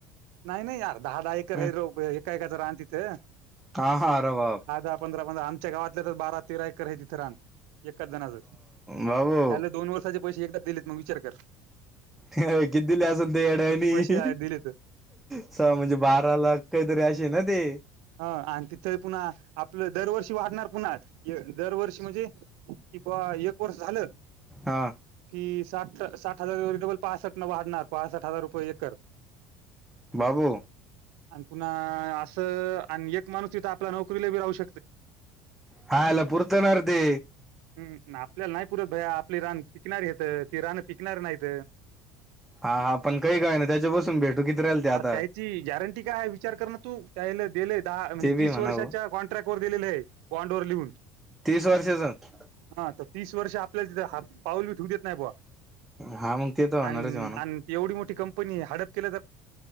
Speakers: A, on the right; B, in the centre.
A: नाही नाही यार दहा दहा एकर
B: हम्म
A: ह एका एकाचं रान तिथ दहा
B: हा हा अरे बाप
A: दहा पंधरा ण आमच्या गावातल्या च् च बारा तेरा एकर आहे त इथं रान एकाच जणच
B: बाबू
A: त्या दोन वर्षांचे पैसे एकदा दिलेत मग विचार कर.
B: हह हा किती दिल असल त्या येदयामी.
A: किती पैसे आहे दिलेत
B: स म्हणजे बारा लाख काहीतरी अशीे ना ते
A: ह आणि तिथे पुन्हा आपलं दरवर्षी वाटणार पुन्हा दरवर्षी म्हणजे कि बा एक वर्ष झालं
B: हा
A: कि साठ साठ हजार जवल पासष्ट न वाढणार पासष्ट हजार रुपये एकर
B: बाबू
A: आणि पुन्हा असं आणि एक माणूस तिथं आपल्या नोकरीला बी राहू शकतो
B: हाला पुरत नाार ते
A: हम् आपल्याला नाही पुरत भया आपली रान पिकणार घेत ती रान पिकणार नाहीत
B: हा हा पण काही काय ना त्याच्यापासून भेटू किती राहिल ते आता
A: अर त्याची गॅरंटी काय विचार करणं तू त्याला दिले दहा म्हणजे
B: ते बी
A: तीस
B: म्हणा
A: वर्षाच्या
B: भाऊ
A: कॉन्ट्रॅक्ट वर दिलेले आहे बॉनड ववर लिहून
B: तीस वर्षाच
A: हा तर तीस वर्ष आपल्याला तिथं ह पाऊल ब ठेव देत नाही बवा
B: हा मग ते तर होणारच
A: आणि
B: म्हणा
A: आणि एवढी मोठी कंनी हडप के